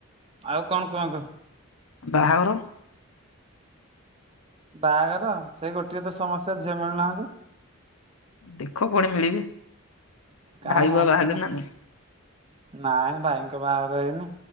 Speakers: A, on the right; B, on the left.
A: ଆଉ କଣ କୁହନ୍ତୁ?
B: ବାହାଘର
A: ବାହାଘର ସେଇ ଗୋଟିଏ ତ ସମସ୍ୟା, ଝିଅ ମିଳୁନାହାନ୍ତି।
B: ଦେଖ କୁଆଡେ ମିଳିବେ,
A: କାହିଁ
B: ଭାଇ ବା
A: ଆମେ
B: ବାହାହେଲେ
A: କଣ
B: ନା ନାହିଁ।
A: ନାଇଁ ଭାଇଙ୍କ ବାହାଘର ହେଇନି।